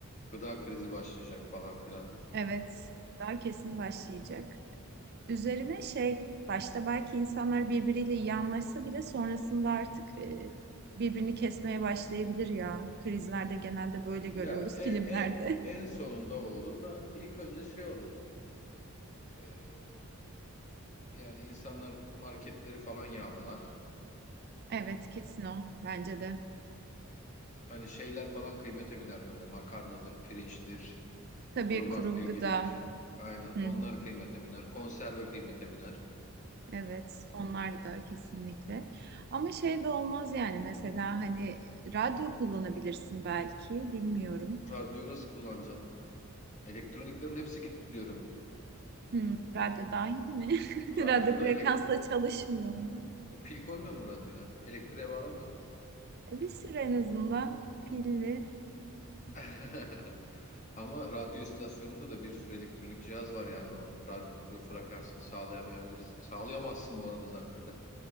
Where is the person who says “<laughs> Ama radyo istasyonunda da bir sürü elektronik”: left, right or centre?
Left